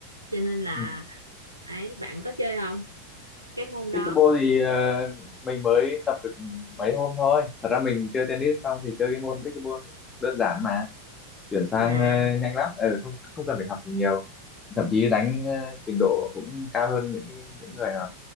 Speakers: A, on the right; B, on the left.
A: cho nên là
B: Ừ.
A: ấy bạn có chơi không cái môn
B: pickleball
A: đó
B: thì ờ, mình mới tập được mấy hôm thôi thật ra mình chơi tennis xong thì chơi cái môn pickleball cũng đơn giản mà chuyển sang
A: nè
B: ờ, nhanh lắm ừ, không không cần phải học gì nhiều thậm chí đánh ờ, trình độ cũng cao hơn những những người mà